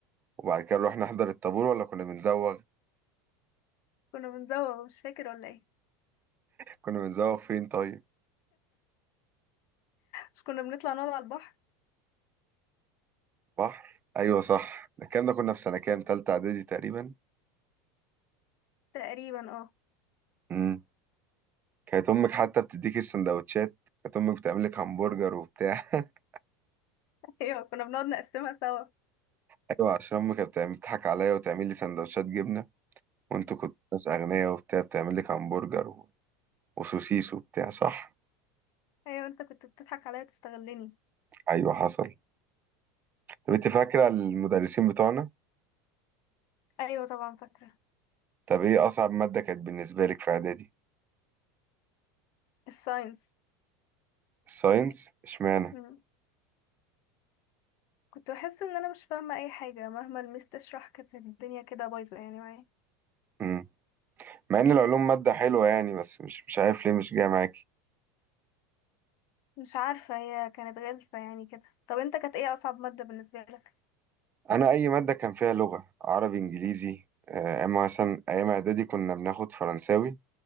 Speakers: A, on the right; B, on the left.
A: وبعد كده نروح نحضر الطابور ولا كنا بنزوغ؟
B: كنا بنزوغ مش فاكر ولا ايه
A: كنا بنزوغ فين طيب؟
B: مش كنا بنطلع نقعد على البحر
A: بحر؟ أيوة صح ده الكلام ده كنا في سنة كام؟ تالتة إعدادي تقريبا؟
B: تقريبا اه
A: امم كانت أمك حتى بتديكي السندوتشات كانت أمك بتعملك همبرجر وبتاع <laughs>
B: <laughs> ايوه كنا بنقعد نقسمها سوا
A: ايوه عشان امي كانت بتعمل- بتضحك عليا وتعمل لي سندوتشات جبنه وانتوا كنتوا ناس اغنياء وبتاع بتعمل لك همبرجر و- وسوسيس وبتاع صح
B: ايوه انت كنت بتضحك عليا تستغلني
A: ايوه حصل طب انت فاكره المدرسين بتوعنا
B: ايوه طبعا فاكره
A: طب ايه اصعب ماده كانت بالنسبه لك في اعدادي
B: الساينس
A: الساينس اشمعنى
B: مم. كنت بحس ان انا مش فاهمه اي حاجه مهما الميس تشرح كانت الدنيا كده بايظه يعني معايا
A: امم مع ان العلوم ماده حلوه يعني بس مش مش عارف ليه مش جايه معاكي
B: مش عارفه هي كانت غلسه يعني كده طب انت كانت ايه اصعب ماده بالنسبه لك
A: انا اي ماده كان فيها لغه عربي انجليزي آه، اما مثلا ايام اعدادي كنا بناخد فرنساوي